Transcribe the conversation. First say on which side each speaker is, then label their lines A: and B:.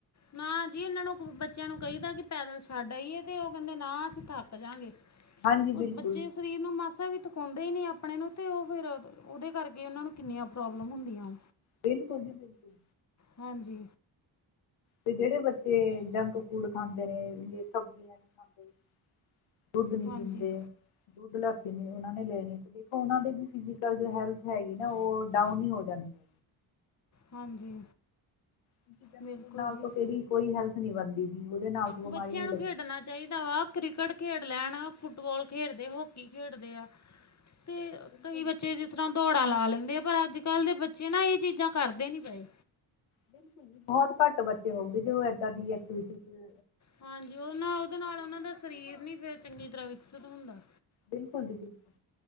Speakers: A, on the left; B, on the left.
A: ਨਾਜੀ, ਇਹਨਾਂ ਨੂੰ ਬੱਚਿਆਂ ਨੂੰ ਕਹੀਦਾ ਕਿ ਪੈਦਲ ਛੱਡ ਆਈਏ ਤੇ ਓਹ ਕਹਿੰਦੇ ਨਾ ਅਸੀਂ ਥੱਕ ਜਾਂਗੇ।
B: ਹਾਂਜੀ
A: ਉਸ
B: ਬਿਲਕੁਲ
A: ਬੱਚੇ ਸਰੀਰ ਨੂੰ ਮਾਸਾ ਵੀ ਥਕੌਂਦੇ ਈ ਨੀ ਆਪਨੇ ਨੂੰ ਤੇ ਓਹ ਫਿਰ ਓਹਦੇ ਕਰਕੇ ਓਹਨਾਂ ਨੂੰ ਕਿੰਨੀਆਂ ਪ੍ਰੋਬਲਮ ਹੁੰਦੀਆਂ।
B: ਬਿਲਕੁਲ ਜੀ ਬਿਲਕੁਲ।
A: ਹਾਂਜੀ।
B: ਤੇ ਜਿਹੜੇ ਬੱਚੇ ਜੰਕ ਫੂਡ ਖਾਂਦੇ ਨੇ, ਸਬਜ਼ੀਆਂ ਨੀ ਖਾਂਦੇ ਦੁੱਧ ਨੀ
A: ਹਾਂਜੀ
B: ਪੀਂਦੇ ਦੁੱਧ ਲੱਸੀ ਨੀ ਉਹਨਾਂ ਨੇ ਲੈਣੀ ਤੇ ਦੇਖੋ ਉਹਨਾਂ ਦੇ ਵੀ ਫਿਜੀਕਲ ਜੋ ਹੈਲਥ ਹੈਗੀ ਨਾ ਓਹ ਡਾਊਨ ਈ ਹੋ ਜਾਂਦੀ ਐ।
A: ਹਾਂਜੀ।
B: ਕਿਉਕਿ ਜੰਕ
A: ਬਿਲਕੁਲ
B: ਫੂਡ ਨਾਲ
A: ਜੀ
B: ਤੇ ਕੇਹੜੀ ਕੋਈ ਹੈਲਥ ਨੀ ਬਨਦੀ ਜੀ ਓਹਦੇ ਨਾਲ ਤੋਂ ਬਿਮਾਰੀਆਂ
A: ਬੱਚਿਆਂ
B: ਹੀ
A: ਨੂੰ
B: ਲੱਗਦੀਆਂ
A: ਖੇਡਣਾ ਚਾਹੀਦਾ ਵਾ। ਕ੍ਰਿਕਟ ਖੇਡ ਲੈਣ, ਫੁੱਟਬਾਲ ਖੇਡਦੇ, ਹੋਕੀ ਖੇਡਦੇ ਆ। ਤੇ
B: ਬਿਲਕੁਲ
A: ਕਈ ਬੱਚੇ
B: ਜੀ ਬਿਲਕੁਲ
A: ਜਿਸ ਤਰ੍ਹਾਂ ਦੌੜਾਂ ਲਾ ਲੈਂਦੇ ਆ, ਪਰ ਅੱਜ -ਕੱਲ ਦੇ ਬੱਚੇ ਨਾ ਏ ਚੀਜ਼ਾਂ ਕਰਦੇ ਨੀ ਪਏ।
B: ਬਿਲਕੁਲ ਜੀ, ਬਹੁਤ ਘੱਟ ਬੱਚੇ ਹੋਊਗੇ ਜੋ ਐਦਾ ਦੀ ਐਕਟੀਵਿਟੀ
A: ਹਾਂਜੀ, ਓ ਨਾ ਓਦੇ ਨਾਲ ਉਹਨਾਂ ਦਾ ਸਰੀਰ ਨੀ ਫਿਰ ਚੰਗੀ ਤਰ੍ਹਾਂ ਵਿਕਸਿਤ ਹੁੰਦਾ।
B: ਬਿਲਕੁਲ ਜੀ ਬਿਲਕੁਲ।